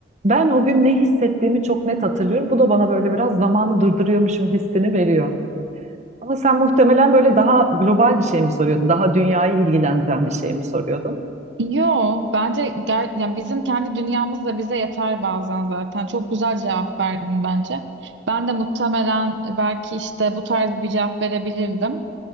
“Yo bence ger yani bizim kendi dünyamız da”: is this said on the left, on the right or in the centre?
Right